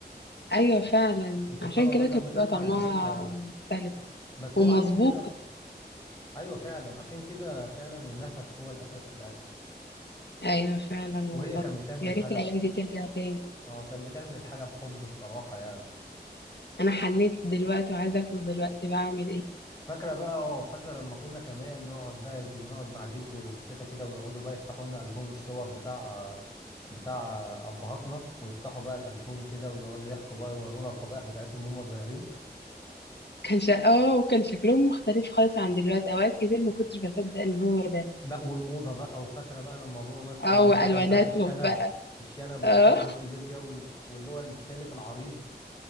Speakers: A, on the left (about 75°); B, on the left (about 20°).
A: ايوه فعلا
B: وسبحان
A: عشان
B: الله
A: كده
B: كان
A: كان
B: بتطلع
A: بيبقى طعمها
B: ازاي اه
A: مختلف
B: بس
A: ومظبوط
B: هو عشان كده ايوه فعلا عشان كده فعلا النفس هو الاساس في الاكل
A: ايوه فعلا
B: وهي
A: والله
B: كانت بتعمل
A: يا
B: الحاجة
A: ريت الايام
B: بحب
A: دي ترجع تاني
B: هو كان بتعمل الحاجة بحب بصراحة يعني
A: انا حنيت دلوقتي وعايزه اكل دلوقتي بعمل ايه
B: فاكرة بقى اه فاكرة لما كنا كمان نقعد بقى نقعد مع جد وتيتا كده ويقعدوا بقى يفتحوا لنا ألبوم الصور بتاع بتاع أبهاتنا ويفتحوا بقى الألبوم كده ويقعدوا يحكوا بقى يورونا الفضايح بتاعتهم وهم صغيرين
A: كان شا... اه وكان شكلهم مختلف خالص عن دلوقتي اوقات كتير ما كنتش بصدق ان هو ده
B: لا والموضة بقى وفاكرة بقى لما بابا مثلا
A: اه
B: الموضة
A: والواناتهم
B: كانت بتاعت الشنب
A: بقى
B: الشنب والشنب
A: اه
B: الكبير كده وال- واللي هو السالف العريض